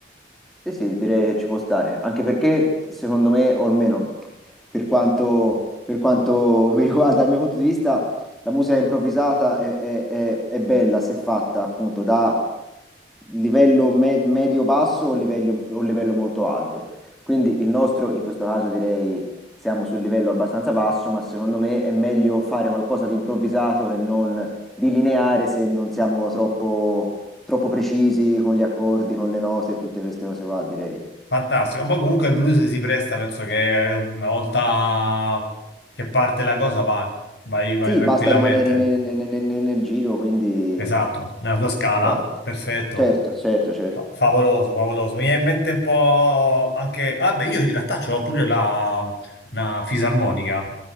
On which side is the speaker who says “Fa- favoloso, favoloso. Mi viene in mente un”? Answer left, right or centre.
Left